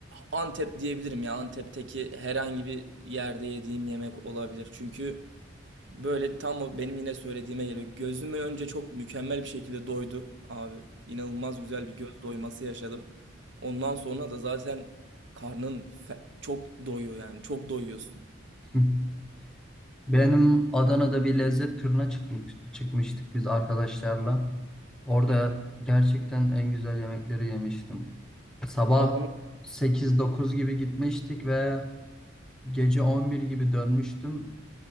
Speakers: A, on the right; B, in the centre.
A: Antep diyebilirim ya. Antep'teki herhangi bir yerde yediğim yemek olabilir. Çünkü Böyle tam o benim yine söylediğime geliyor. gözümü önce çok mükemmel bir şekilde doydu abi. İnanılmaz güzel bir göz doyması yaşadım. Ondan sonra da zaten karnın fe- çok doyuyor yani. Çok doyuyorsun.
B: <laughs> Benim Adana'da bir lezzet turuna çıkmış, çıkmıştık biz arkadaşlarla. Orada
A: Hı hı.
B: gerçekten en güzel yemekleri yemiştim. Sabah
A: Adana
B: sekiz dokuz gibi gitmiştik ve gece 11 gibi dönmüştüm.